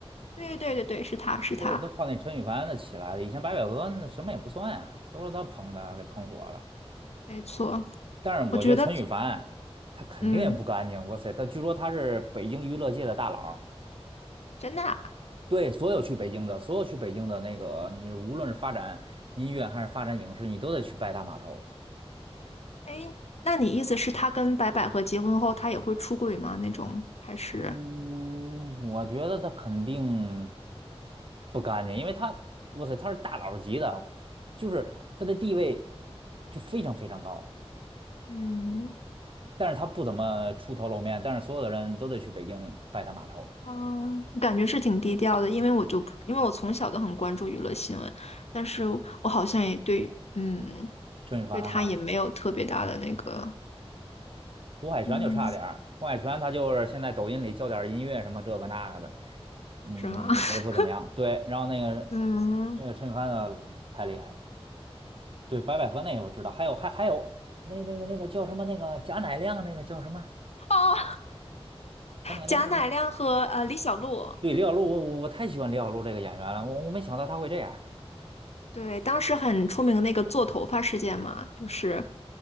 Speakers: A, on the left; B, on the right.
A: 对对对对，是他是他，
B: 都都靠那陈羽凡的起来的。以前白百合那什么也不算呀，都是他捧的，给捧火了。
A: 没错。
B: 但是我觉得陈羽凡他肯定也不干净。
A: 我觉得，嗯，
B: 哇塞，他据说他是北京娱乐界的大佬儿
A: 真的啊
B: 对所有去北京的，所有去北京的那个，你无论是发展音乐还是发展影视，你都得去拜他码头。
A: 哎，那你意思是他跟白百合结婚后，他也会出轨吗？那种还是，
B: 嗯，我觉得他肯定不干净，因为他，哇塞，他是大佬级的，就是他的地位就非常非常高，
A: 嗯
B: 但是他不怎么出头露面，但是所有的人都得去北京拜他码头。
A: 嗯，我感觉是挺低调的，因为我就因为我从小都很关注娱乐新闻，但是我好像也对，嗯。
B: 陈羽凡哈，
A: 对他也没有特别大的那个，
B: 胡海泉就差点儿，
A: 嗯
B: 胡海泉他就是现在抖音里教点儿音乐什么这个那个的，嗯，
A: 是吗？<laughs>
B: 我不怎么样，对，然后那个
A: 嗯，
B: 那个陈羽凡的太厉害了对，白百合那个我知道，还有还还有那那个那个叫什么那个贾乃亮那个叫什么
A: 哦，
B: 贾乃亮那叫什么？
A: 贾乃亮和呃李小璐，
B: 对，李小璐，我我我太喜欢李小璐这个演员了，我我没想到她会这样。
A: 对，当时很出名的那个做头发事件嘛，就是